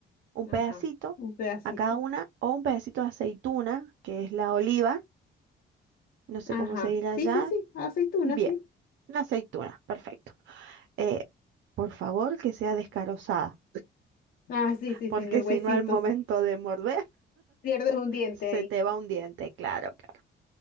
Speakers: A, on the right; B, on the left.
A: un
B: Ajá,
A: pedacito
B: un pedacito.
A: a cada una, o un pedacito de aceituna, que es la oliva, no sé
B: Ajá,
A: cómo se dirá
B: sí,
A: allá.
B: sí, sí, aceituna,
A: Bien,
B: sí.
A: la aceituna, perfecto. Eh, por favor, que sea descarozada,
B: Ah, sí, sí,
A: porque
B: sí, el huesito,
A: si no, al momento
B: sí.
A: de morder.
B: Pierdes un diente
A: Se
B: ahí
A: te va un diente, claro, claro.